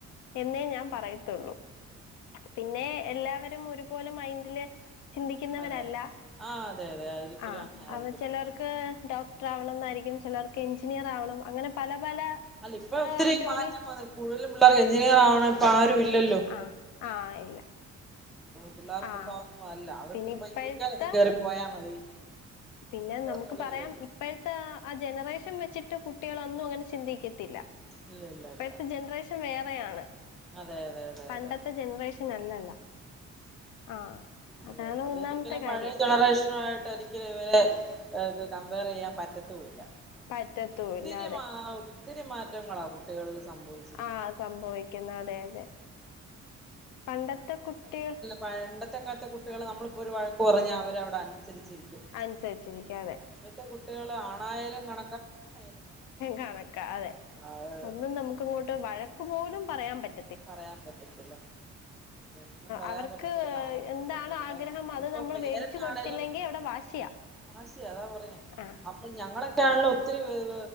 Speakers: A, on the left (about 80°); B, in the centre.
A: എന്നേ ഞാൻ പറയത്തുള്ളൂ. പിന്നെ എല്ലാവരും ഒരുപോലെ മൈന്ഡില്. ചിന്തിക്കുന്നവരല്ല
B: അതെ അതെ ആ അതെ അതെ ഒരിക്കലും
A: ആഹ്
B: അങ്ങനെ ആയിരിക്കത്തില്ല
A: അവ ചെലവർക്ക് ഡോ ക്ടർ ആവണം എന്നായിരിക്കും ചെലർക്ക് എഞ്ചിനീയർ ആവണം അങ്ങനെ പല പല.
B: അല്ല ഇപ്പ
A: ഏഹ്
B: ഒത്തിരി
A: ജോലി
B: മാറ്റം വന്നു കൂടുതലും പിള്ളേർക്ക് എഞ്ചിനീയർ ആവണ പ്പൊ ആരും ഇല്ലല്ലോ.
A: ആഹ് ആഹ് ഇല്ല
B: പിള്ളേർക്കിപ്പ
A: ആഹ്
B: അതൊന്നും അല്ല അവർക്കിപ്പം
A: പിന്നെ ഇപ്പോഴത്തെ
B: യു കെ ലങ്ങ് കേറി പോയാ മതി.
A: പിന്നെ നമുക്ക്
B: എന്നുള്ളൊരു
A: പറയാം.
B: വൈ
A: ഇപ്പഴത്തെ ആഹ് ജനറേഷൻ വെച്ചിട്ട് കുട്ടികൾ അന്നും അങ്ങനെ ചിന്തിക്കത്തില്ല.
B: ഇല്ല ഇല്ല
A: ഇപ്പഴത്തെ
B: ഇല്ല
A: ജനറേഷൻ വേറെയാണ്.
B: അതെ അതെ അതെ
A: പണ്ടത്തെ
B: അതെ
A: ജനറേഷൻ അല്ലല്ല ആഹ്
B: അതേ
A: അതാണ്
B: അതൊരിക്കലും
A: ഒന്നാമത്തെ കാര്യം
B: പഴയ ജനറേഷനു ആയിട്ട് എനി. ക്ക് ഇവരെ ഇത് കമ്പയർ ചെയ്യാൻ പറ്റത്തല്ല
A: പറ്റത്തൂല്ല
B: ഒത്തിരി
A: അതെ
B: മാ. ഒത്തിരി മാറ്റങ്ങളാണ് കുട്ടികളിൽ സംഭവി.
A: ആഹ് സംഭവിക്കുന്നു അതെ അതെ പണ്ടത്തെ കുട്ടി.
B: പണ്ടത്തക്കാലത്തെ കുട്ടികൾ നമ്മളിപ്പോൾ ഒരു വഴക്ക് പറഞ്ഞാൽ അവര് അവിടെ അനുസരിച്ചിരിക്കും.
A: അനുസരിച്ചിരിക്കും അതെ.
B: ഇപ്പത്തെ കുട്ടികൾ ആണായാലും ക.
A: കണക്ക അതെ
B: അത്
A: ഒന്നും നമുക്ക് ഇങ്ങോട്ട് വഴ. ക്ക് പോലും പറയാൻ പറ്റി.
B: പറയാൻ പറ്റത്തില്ല. ഒുന്നും പറയാൻ
A: അവർക്ക്
B: പറ്റത്ത ഒരു കാലഘട്ടത്തിലുള്ളവ
A: എന്താണ് ആഗ്രഹം അത്
B: ഇപ്പോ
A: നമ്മൾ
B: പേരന്റാണേലും.
A: വേടിച്ചു കൊടുത്തില്ലെങ്കി അവിടെ വാശിയാ
B: വാശിയ അതാ പറഞ്ഞെ
A: ആ
B: അപ്പൾ ഞങ്ങളൊക്കെയാണല്ലോ ഒത്തിരി വേദ.